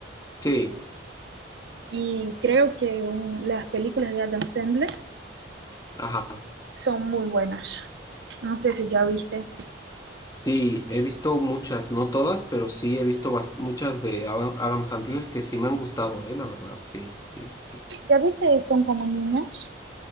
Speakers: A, on the left; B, on the right.
A: Sí,
B: Y creo que un- las películas de Adam Sandler
A: ajá.
B: son muy buenas. No sé si ya viste.
A: Sí, he visto muchas, no todas, pero sí he visto bas- muchas de Adam, Adam Sandler que sí me han gustado, eh, la verdad, sí, sí, sí, sí.
B: ¿Ya viste? Son como niñas.